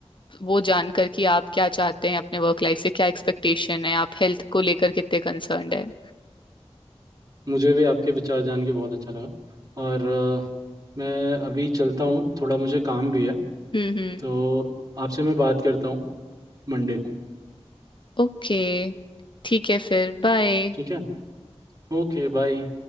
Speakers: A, on the left; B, on the right.
A: वो जानकर कि आप क्या चाहते हैं अपने वर्क लाइफ से क्या एक्सपेक्टेशन है आप हेल्थ को लेकर कितने कंसर्न्ड है
B: मुझे भी आपके विचार जान के बहुत अच्छा लगा और अ, मैं अभी चलता हूँ थोड़ा मुझे काम भी है
A: हम्म हम्म
B: तो आपसे मैं बात करता हूँ मंडे को
A: ओके ठीक है फिर बाय
B: ठीक है ओके बाय